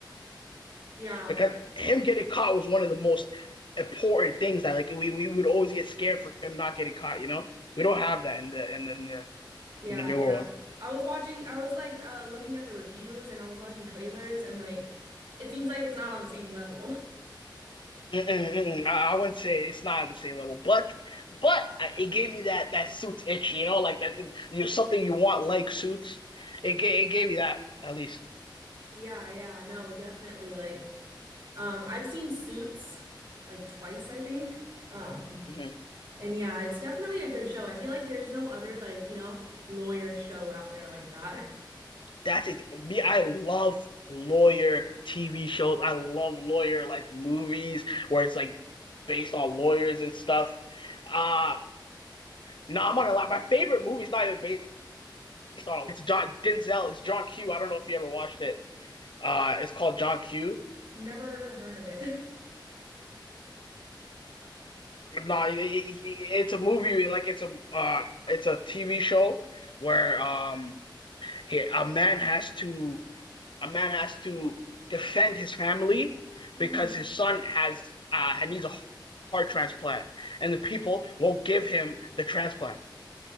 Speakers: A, on the right; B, on the left.
A: yeah,
B: because him getting caught was one of the most important things that like we, we would always get scared for him not getting caught, you know? We don't have
A: yeah,
B: that in the in the in the,
A: yeah,
B: in the newer
A: yeah.
B: one.
A: I was watching, I was like uh looking at the reviews and I was watching trailers and like it seems like it's not on the same level. <laughs>
B: Mm-mm, mm-mm. I, I wouldn't say it's not at the same level, but but it gave me that that suits itch, you know, like that you something you want like suits. It gave it gave me that at least.
A: Yeah, yeah, no, definitely. Like, um, I've seen Suits like twice, I think. Um,
B: hmm
A: And yeah, it's definitely a good show. I feel like there's no other like, you know, lawyer show out there like that.
B: That's it. Me, I love lawyer TV shows. I love lawyer like movies where it's like based on lawyers and stuff. Uh No, nah, I'm not gonna lie. My favorite movie is not even based on it. It's John Denzel. It's John Q. I don't know if you ever watched it. Uh, it's called John Q.
A: <laughs> Never heard of it.
B: No, nah, it, it- it's a movie. Like it's a uh, it's a TV show where um, he, a man has to a man has to defend his family
A: <laughs>
B: because
A: hmm
B: his son has uh needs a heart transplant, and the people won't give him the transplant.